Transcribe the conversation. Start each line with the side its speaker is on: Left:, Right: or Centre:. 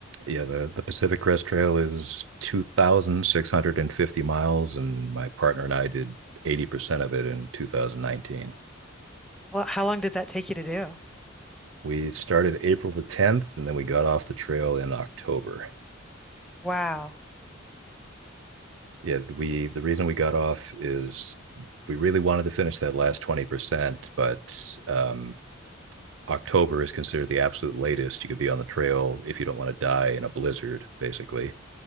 Right: yeah, the, the Pacific Crest Trail is 2,650 miles, and my partner and I did 80% of it in 2019.
Centre: Well, how long did that take you to do?
Right: We started April the 10th, and then we got off the trail in October.
Centre: Wow,
Right: Yeah, we the reason we got off is we really wanted to finish that last 20%, but um, October is considered the absolute latest you could be on the trail if you don't want to die in a blizzard, basically.